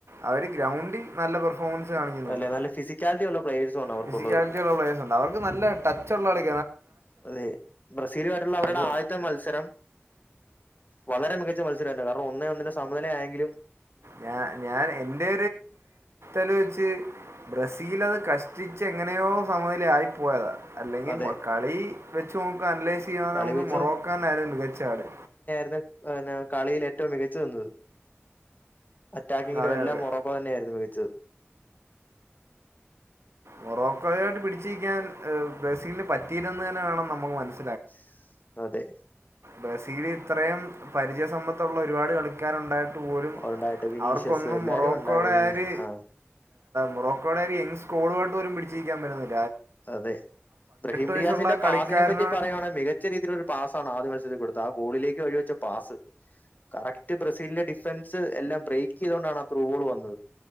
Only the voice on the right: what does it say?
അവര് ഗ്രൗണ്ടി നല്ല പെർഫോ ഫോൻസ് കാണിക്കുന്നുണ്ട്
ഫിസി ക്കാലിറ്റിയുള്ള പ്ലയേഴ്‌സ് ഉണ്ട് അവർക്ക് നല്ല ടച്ച്‌ ഒള്ള കളി
അത്
ഞാ ഞാൻ എന്റെ ഒരു ബ്രസീലത് കഷ്ടിച്ച് എങ്ങനെയോ സമനില ആയി പോയതാ അല്ലെങ്കി
കളി വെച്ചോക്കാ നമുക്ക് അനലൈസ് ചെയ്യാന്നെങ്കി
നമുക്ക്
മോറോക്ക തന്നേ മികച്ച ആള്
അതെ
അതെ
മൊറോക്കോയുയായിട്ട് പിടിച്ചിക്കാൻ ബ്രസീലിന് പറ്റിയില്ലന്ന് തന്നെ വേണം നമുക്ക് മനസ്സി
ബ്രസീലി ഇത്രയും പരിചയ സമ്പത്തുള്ള ഒരുപാട് കളിക്കാരുണ്ടായിട്ട് പോലും
അവർക്കൊന്നും
മൊറോക്കോയുടെ
ആ
ഒരു
മൊറോക്കോയുടെ ഒരു ഇ പോൾ വാട്ട് പോലും പിടിച്ചിക്ക യ പറ്റുന്നി
വയസ്സുള്ള ആ കളിക്കാരനാണ്